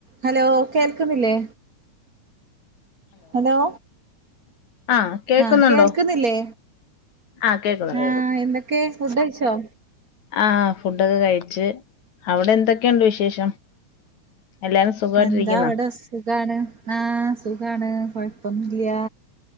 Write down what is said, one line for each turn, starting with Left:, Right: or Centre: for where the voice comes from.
Right: Hello കേൾക്കുന്നില്ലേ? Hello
Left: ആഹ് കേക്കുന്നുണ്ടോ
Right: ആഹ കേൾക്കുന്നില്ലേ
Left: ആഹ് കേക്കുന്നുണ്ട്
Right: ആഹ എന്തൊക്കെ ഫുഡ്‌ കഴിച്ചോ
Left: ആ ഫുഡൊക്കെ കഴിച്ച് അവിടെ എന്തൊക്കെയുണ്ട് വിശേഷം? എല്ലാരും സുഖമായിട്ടിരിക്കുന്നോ
Right: എന്താ അവിടെ സുഖാണ് ആഹ സുഖാണ് കൊഴപ്പന്നില്ല